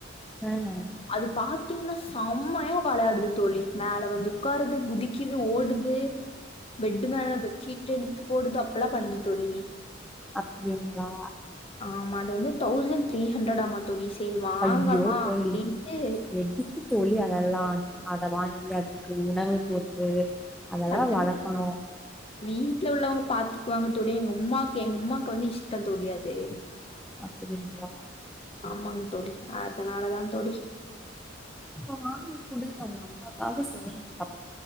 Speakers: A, in the centre; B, on the left (about 30°).
A: ம்
B: அது பாத்தீங்கனா செம்மையா வெளாடுது தோழி மேல வந்து உக்காருது குதிக்குது ஓடுது
A: <inaudible>
B: பெட்டு மேல பெட்ஷீட் எடுத்து போடுது அப்பெல்லா பண்ணுது தோழி
A: அப்படிங்ளா
B: ஆமா அது வந்து தௌசண்ட் த்ரீ ஹண்ட்ரட்டா மா தோழி சரி வாங்கலா
A: ஐயோ தோழி
B: அப்படின்ட்டு
A: எதுக்கு தோழி அதெல்லா அத வாங்கி அதுக்கு உணவு போட்டு அதெல்லா
B: அது
A: வளக்கணு
B: வீட்ல உள்ளவங்க பாத்துக்குவாங்க தோழி எங்க உம்மாக்கு எங்க உம்மாக்கு வந்து இஷ்ட தோழி அது
A: அப்படிங்ளா
B: ஆமாங்க தோழி அதனாலதா தோழி
A: அப்ப வாங்கி குடுங்க உங்க அம்மாக்காக செய்ங்கப்ப